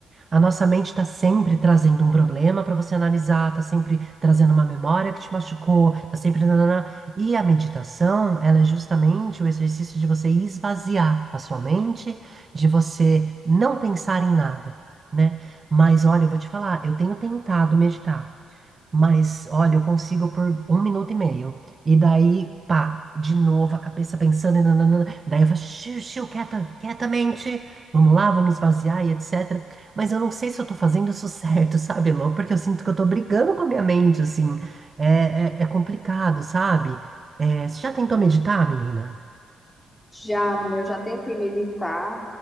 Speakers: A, on the right; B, on the left.
A: A nossa mente está sempre trazendo um problema para você analisar, está sempre trazendo uma memória que te machucou, está sempre. nananã. E a meditação, ela é justamente o exercício de você esvaziar a sua mente, de você não pensar em nada. né? Mas olha, eu vou te falar, eu tenho tentado meditar. Mas, olha, eu consigo por um minuto e meio. E daí, pá, de novo, a cabeça pensando, e nananana. Daí eu falo, xiu, xiu, quieta, quietamente, vamos lá, vamos esvaziar e etc. Mas eu não sei se eu tô fazendo isso certo, <laughs> sabe, Lô? Porque eu sinto que eu tô brigando com a minha mente, assim. É, é, é complicado, sabe? É, você já tentou meditar, menina?
B: Já, mulher, eu já tentei meditar,